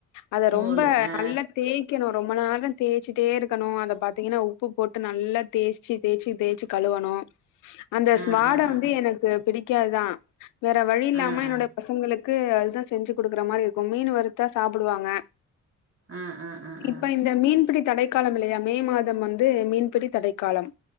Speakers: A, on the left; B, on the right.
A: அத
B: தோலு
A: ரொம்ப
B: ஆ
A: நல்லா தேய் க்கனோ ரொம்ப நேரோ தேய்ச்சிட்டே இருக்கணு அத பாத்தீங்கன்னா உப்பு போட்டு நல்லா தேய்ச்சி தேய்ச்சி தேய்ச்சி கழுவனு அந்த
B: ஆ
A: ஸ் வாட
B: ஆ ஆ
A: வந்து எனக்கு பிடிக்காதா வேற வழியில்லா
B: ஆ ஆ
A: ம என்னோட
B: ஆ
A: பசங் களுக்கு அதுதா செஞ்சு குடுக்குற மாரி இருக்கு மீன் வறுத்தா சாப்புடுவாங்க
B: ஆ ஆ ஆ
A: இப்ப
B: ஆ.
A: இந்த மீன்பிடி தடைக்காலம் இல்லயா மே மாதம் வந்து மீன்பிடி தடைக்காலம்